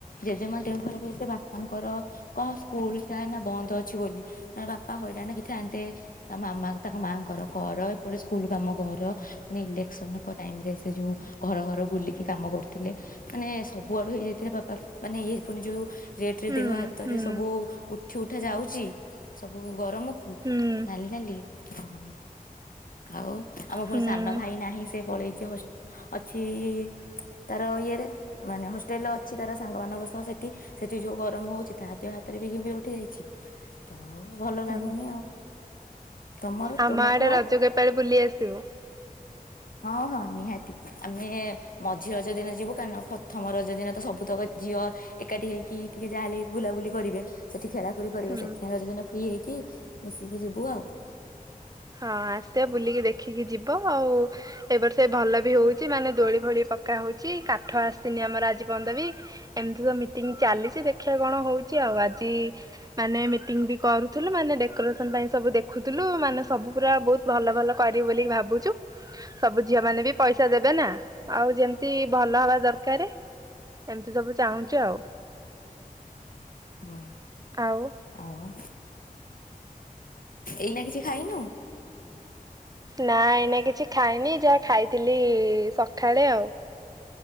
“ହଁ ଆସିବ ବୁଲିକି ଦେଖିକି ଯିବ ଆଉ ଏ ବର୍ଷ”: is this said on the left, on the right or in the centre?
Right